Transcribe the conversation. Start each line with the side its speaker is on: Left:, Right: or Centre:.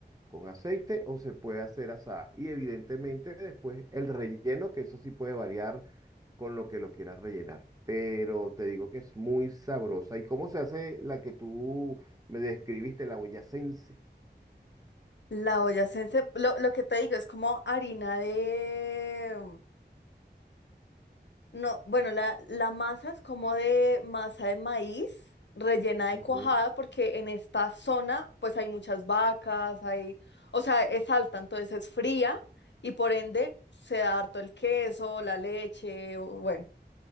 Right: con aceite o se puede hacer asada. Y evidentemente después el relleno, que eso sí puede variar con lo que lo quieras rellenar. Pero te digo que es muy sabrosa. ¿Y cómo se hace la que tú me describiste, la boyacense?
Left: La boyacense, lo, lo que te digo, es como harina de... No, bueno, la, la masa es como de masa de maíz rellena de
Right: Ujú.
Left: cuajada, porque en esta zona pues hay muchas vacas, hay, o sea, es alta, entonces es fría y por ende se da harto el queso, la leche, o- bueno.